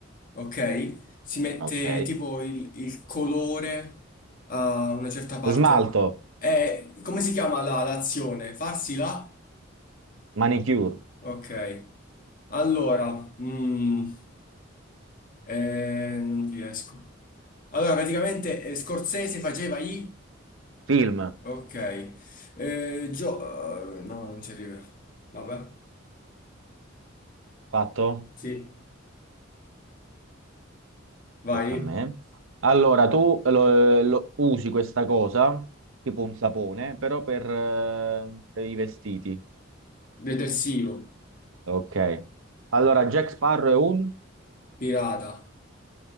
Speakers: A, on the left; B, on the right.
A: ok? Si mette
B: Ok.
A: tipo il, il colore a una certa parte.
B: Smalto?
A: Eh, come si chiama la- l'azione? Farsi la?
B: Manicure?
A: Ok. Allora, mm, eh, non riesco. Allora, praticamente eh, Scorsese faceva i...
B: Film?
A: Ok. Eh, Gio... eh, no, non ci arrivo. Vabbè.
B: Fatto?
A: Sì. Vai.
B: Tocca a me. Allora, tu eh, lo- eh, lo- usi questa cosa, tipo un sapone, però per, eh, per i vestiti.
A: Detersivo.
B: Ok. Allora, Jack Sparrow è un...
A: Pirata.